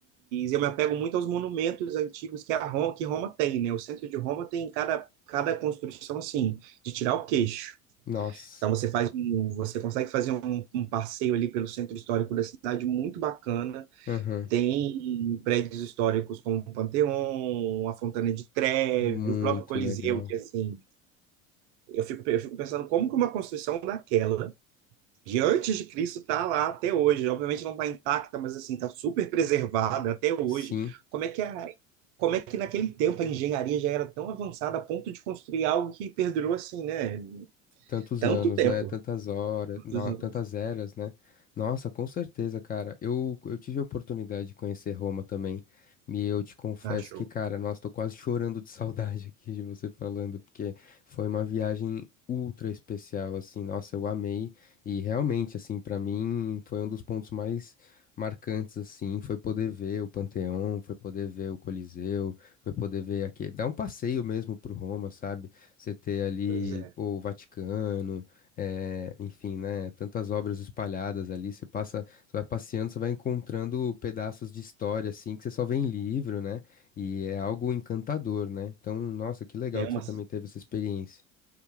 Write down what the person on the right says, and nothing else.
eu me apego muito aos monumentos antigos que a Roma, que Roma tem, né? O centro de Roma tem cada, cada construção, assim, de tirar o queixo.
Então você faz um, você consegue fazer um um passeio ali pelo centro histórico da cidade muito bacana,
tem prédios históricos como o Panteão, a Fontana de Trevi,
o próprio Coliseu,
que assim, eu fico, eu fico pensando como que uma construção daquela, de antes de Cristo, está lá até hoje. Obviamente não está intacta, mas assim, está super preservada até hoje.
Como é que a, como é que naquele tempo a engenharia já era tão avançada a ponto de construir algo que perdurou assim, né?
Tanto
tempo.
Tantos
anos.
Ah, show.
Pois é.
É
uma.